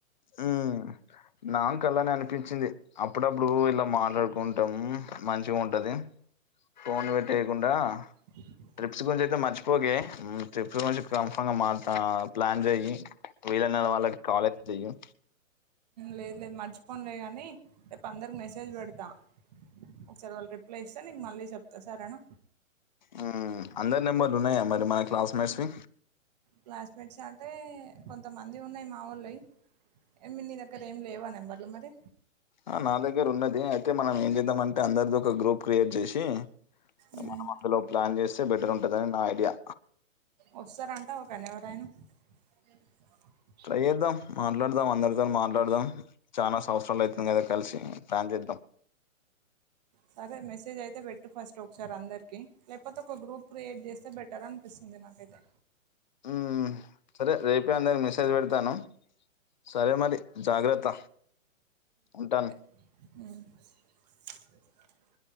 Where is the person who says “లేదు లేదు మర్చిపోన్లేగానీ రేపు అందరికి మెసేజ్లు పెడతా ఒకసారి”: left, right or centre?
Right